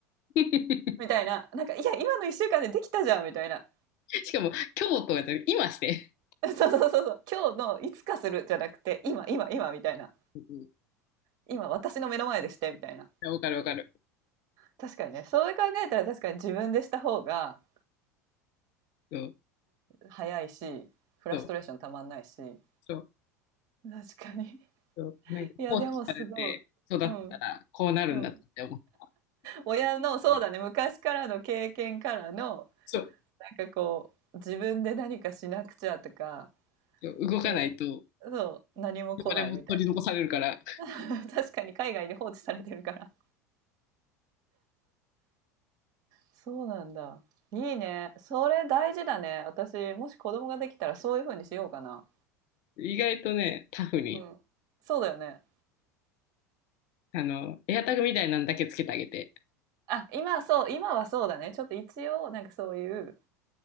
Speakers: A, on the left; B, on the right.
A: <laughs>
B: みたいな、なんか、いや、今の1週間でできたじゃん、みたいな
A: しかも、今日とかじゃなくて今して。
B: <laughs>。そうそうそうそう、今日のいつかするじゃなくて、今、今、今、みたいな。
A: うんうん。い
B: 今、私の目の前でして、みたいな。
A: やわかるわかる。
B: 確かにね、そう考えたら確かに自分でした方が
A: そう、
B: 早いし、フラストレーションたまんないし。
A: そう、そう、
B: 確かに。
A: そう。なんか、
B: いや、
A: 放置されて育ったら、
B: でもすごい。うん。
A: こうなるんだなって思った。
B: うん。親の、そうだね、昔からの経験からの、
A: そう、
B: なんかこう、自分で何かしなくちゃとか、
A: そう動かないと、
B: そう。そう、何も来ないみたい
A: 生まれも取り残されるから、
B: な。<laughs> 確かに海外で放置されてるから。そうなんだ。いいね。それ大事だね。私、もし子供ができたらそういう風にしようかな。
A: 意外とね、タフに。
B: うん。そうだよね。
A: あの、エアタグみたいなんだけつけてあげて、
B: あ、今はそう、今はそうだね。ちょっと一応、なんかそういう、